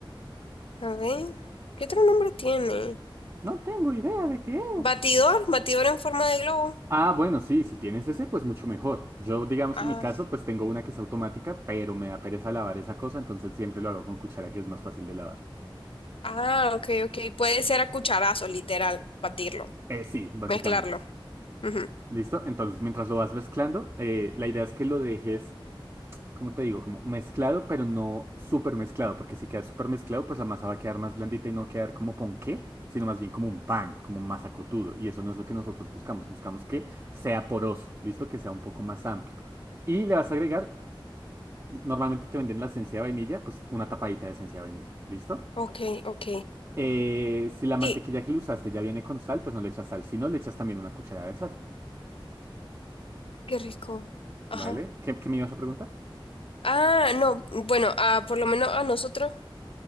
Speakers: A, on the left; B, on the right.
A: A ver, ¿qué otro nombre tiene?
B: No tengo idea de qué es.
A: Batidor, batidor en forma de globo.
B: Ah, bueno, sí, si tienes ese, pues mucho mejor. Yo, digamos,
A: Ah,
B: en mi caso, pues tengo una que es automática, pero me da pereza lavar esa cosa, entonces siempre lo hago con cuchara, que es más fácil de lavar.
A: ah, ok, ok, puede ser a cucharazos, literal, batirlo,
B: Eh, sí, básicamente.
A: mezclarlo. Ujú.
B: ¿Listo? Entonces, mientras lo vas mezclando, eh, la idea es que lo dejes como te digo, como mezclado, pero no súper mezclado, porque si queda súper mezclado, pues la masa va a quedar más blandita y no va a quedar como ponqué, sino más bien como un pan, como masa cotudo. Y eso no es lo que nosotros buscamos, buscamos que sea poroso, listo, que sea un poco más amplio. Y le vas a agregar, normalmente te venden la esencia de vainilla, pues una tapadita de esencia de vainilla, ¿listo?
A: Ok, ok.
B: Eh, si la mantequilla
A: Y
B: que le usaste ya viene con sal, pues no le echas sal, si no le echas también una cucharada de sal,
A: qué rico. Ajá.
B: ¿vale? ¿Qué, qué me ibas a preguntar?
A: Ah, no. Bueno, ah, por lo menos a nosotros